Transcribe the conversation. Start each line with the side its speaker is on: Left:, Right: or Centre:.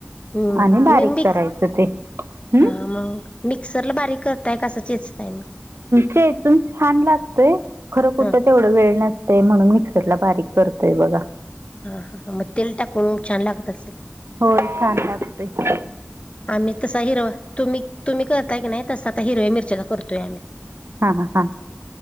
Left: हम्म
Right: आणि बारीक
Left: मी मिक्स
Right: करायचं ते. हम्म
Left: हा मग मिक्सरला बारीक करताय? का‌ असं चेचताय मग?
Right: चेचुन छान लागतंय, खरं कुठं
Left: हा
Right: तेवढं वेळ नस ते म्हणून मिक्सरला बारीक करतोय बघा.
Left: हा हा, मग तेल टाकून छान लागत असेल?
Right: होय छान लागतंय.
Left: आम्ही तसा हिरवा तुम्ही तुम्ही करताय की नाही, तसा आता हिरव्या मिरच्याचा करतोय आम्ही.
Right: हा ह,